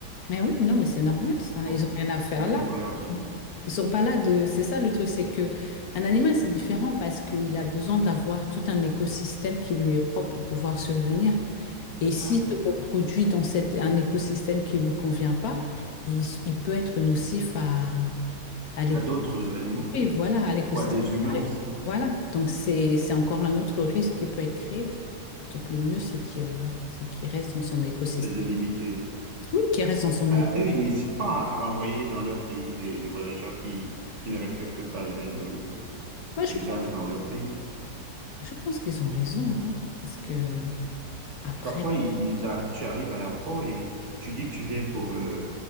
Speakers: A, on the left; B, on the right.
A: Mais oui, non, mais c'est normal ça.
B: hein,
A: Ils ont rien à faire
B: et
A: là.
B: on leur dit que-
A: Ils sont pas là de. C'est ça le truc, c'est que un animal c'est différent parce qu'il a besoin d'avoir tout un écosystème qui lui est propre pour pouvoir survenir. Et s'il
B: ah,
A: se reproduit dans cet, un écosystème qui lui convient pas, il, il peut être nocif à, à l'écosystème.
B: à d'autres animaux
A: Oui, voilà, à l'écosystème.
B: ou à des humains aussi,
A: Voilà, donc c'est c'est encore un autre risque qui peut être créé. Donc le mieux, c'est qu'il y a- c'est qu'il reste dans son écosystème.
B: c'est de limiter.
A: Oui, qu'il reste dans son
B: Ah,
A: écosystème.
B: eux, ils n'hésitent pas hein, à renvoyer dans leur pays les, les voyageurs qui, qui ne respectent pas les règles
A: je
B: d'usage
A: pense,
B: dans leur pays.
A: je pense qu'ils ont raison, hein, parce que après...
B: Parfois, ils, ils arrivent- tu arrives à l'aéroport et tu dis que tu viens pour euh,